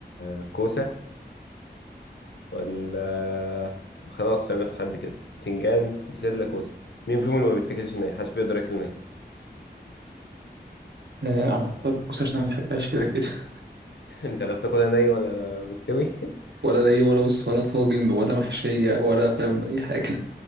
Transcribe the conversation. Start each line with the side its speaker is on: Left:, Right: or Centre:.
Left: الكوسة ولا خلاص خلينا في حد كده بتنجان بسلة كوسة مين فيهم اللي ما بيتاكلش ني محدش بيقدر ياكل ني
Right: آه أنا هختار الكوسة عشان أنا مبحبهاش كده كده <laughs>
Left: <laughs> انت لا بتاكلها ني ولا مستوي <laughs>
Right: ولا ليا ولا بص ولا طاجن ولا محشية ولا فاهم أي حاجة